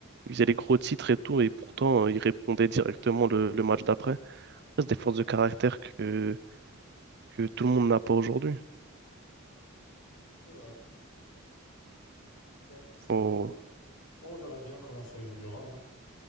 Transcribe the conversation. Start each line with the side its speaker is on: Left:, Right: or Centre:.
Right: ils faisaient les gros titres et tout, et pourtant, euh, ils répondaient directement le, le match d'après. Ça, C'est des forces de caractère que que tout le monde n'a pas aujourd'hui.
Left: C'est vrai. ouais. C'est c'est
Right: Faut-
Left: vrai. Bon, on verra bien comment ça évoluera. hein.